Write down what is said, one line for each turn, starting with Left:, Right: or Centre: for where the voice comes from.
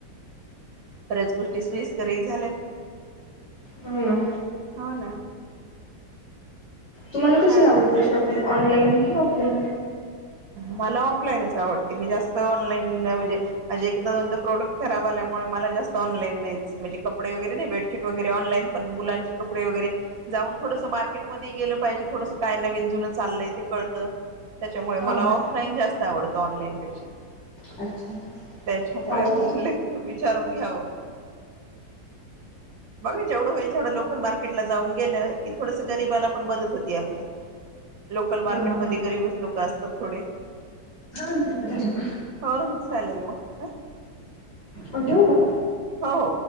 Right: बऱ्याच गोष्टी सोयीस्करही झाल्यात.
Left: हम.
Right: हो ना
Left: तुम्हाला
Right: मग
Left: कसे
Right: काय
Left: आवडते
Right: म्हणता
Left: शॉपिंग ऑनलाइन कि ऑफलाईन?
Right: मला ऑफलाईनच आवडते, मी जास्त ऑनलाईन म्हणजे माझे एकदा दोनदा प्रोडक्ट खराब आल्यामुळे मला जास्त ऑनलाइन नाहीचं म्हणजे कपडे वगैरे नाही, बेडशिट वगैरे पण मुलांची कपडे वगैरे जाऊन थोडस मार्केटमध्ये ही गेलं पाहिजे, थोडस काय नविन जुनं चाललंय ते कळतं. त्याच्यामुळे
Left: हा
Right: मला
Left: हा.
Right: ऑफलाईन जास्त आवडतो, ऑनलाईन पेक्षा.
Left: अच्छा अच्छा
Right: त्याच्यामुळे
Left: चालेल.
Right: उल्लेख विचारून घ्यावं. बघा जेवढं होईल, तेवढं लोकल मार्केट ला जाऊन गेलं की थोडस गरीबाला पण मदत होती आपल्या. लोकल
Left: हो
Right: मार्केटमध्ये
Left: ना हो.
Right: गरीबच लोक असतात थोडे.
Left: राहतं.
Right: हो चालेल म ह.
Left: अ ठेवू का?
Right: हो हो.